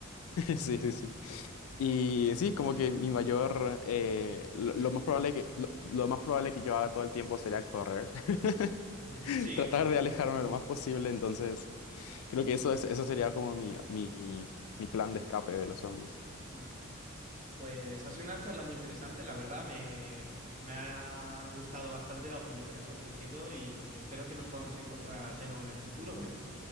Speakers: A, on the left (about 75°); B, on the right (about 35°).
A: Sí, sí, sí. Y sí, como que mi mayor, eh, lo, lo más probable que, lo, lo más probable que yo haga todo el tiempo sería correr, <laughs>
B: Ujú, Sí,
A: tratar de alejarme lo más posible, entonces creo que eso es, eso sería como mi, mi, mi plan de escape de los zombies.
B: Mm. pues ha sido una charla muy interesante, la verdad, me, me ha gustado bastante la opinión que has ofrecido y espero que nos podamos encontrar de nuevo en el futuro, ¿eh?